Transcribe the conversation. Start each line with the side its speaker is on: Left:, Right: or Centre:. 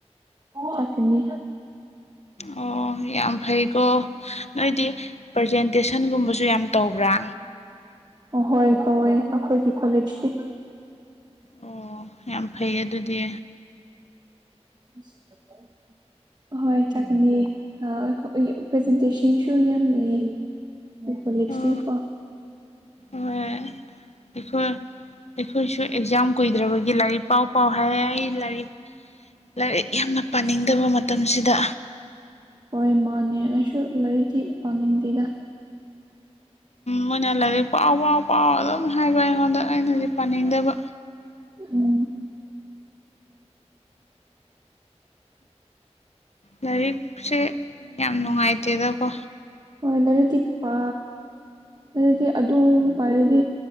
Right: ꯑꯣ ꯆꯠꯀꯅꯤ
Left: ꯑꯣ ꯌꯥꯝ ꯐꯩ ꯁꯣ ꯅꯣꯏꯗꯤ ꯄ꯭ꯔꯖꯦꯟꯇꯦꯁꯟꯒꯨꯝꯕꯁꯨ ꯌꯥꯝ ꯇꯧꯕ꯭ꯔꯥ
Right: ꯑꯥꯍꯣꯏ ꯇꯧꯋꯦ ꯑꯩꯈꯣꯏꯒꯤ ꯀꯣꯂꯦꯖꯇꯤ꯫
Left: ꯑꯣ ꯌꯥꯝ ꯐꯩꯌꯦ ꯑꯗꯨꯗꯤ
Right: <inaudible> ꯍꯣꯏ ꯆꯠꯒꯅꯤ ꯑ ꯄ꯭ꯔꯖꯦꯟꯇꯦꯁꯟꯁꯨ ꯌꯥꯝ ꯂꯩꯌꯦ꯫ ꯍꯣꯢ ꯀꯣꯂꯦꯖꯇꯤꯀꯣ꯫
Left: ꯑꯣ ꯍꯣꯏ ꯑꯩꯈꯣꯏ ꯑꯩꯈꯣꯏꯁꯨ ꯑꯦꯛꯖꯥꯝ ꯀꯨꯏꯗ꯭ꯔꯕꯒꯤ ꯂꯥꯏꯔꯤꯛ ꯄꯥꯎ ꯄꯥꯎ ꯍꯥꯏ ꯑꯩ ꯂꯥꯏꯔꯤꯛ ꯂꯥꯏꯔꯤꯛ ꯌꯥꯝꯅ ꯄꯥꯅꯤꯡꯗꯕ ꯃꯇꯝꯁꯤꯗ
Right: ꯍꯣꯏ ꯃꯥꯅꯦ ꯑꯩꯁꯨ ꯂꯩꯥꯏꯔꯤꯛꯗꯤ ꯄꯥꯅꯤꯡꯗꯦꯗ
Left: ꯃꯣꯏꯅ ꯂꯥꯏꯔꯤꯛ ꯄꯥꯎ ꯄꯥꯎ ꯄꯥꯎ ꯑꯗꯨꯝ ꯍꯥꯏꯕ ꯑꯩꯉꯣꯟꯗ ꯑꯩꯅꯗꯤ ꯄꯥꯅꯤꯡꯗꯕ
Right: ꯎꯝ꯫
Left: ꯂꯥꯏꯔꯤꯛꯁꯦ ꯌꯥꯝ ꯅꯨꯡꯉꯥꯏꯇꯦꯗꯀꯣ
Right: ꯍꫭꯏ ꯂꯥꯏꯔꯤꯛꯇꯤ ꯄꯥ ꯂꯥꯏꯔꯤꯛꯇꯤ ꯑꯗꯨꯝ ꯄꯔꯗꯤ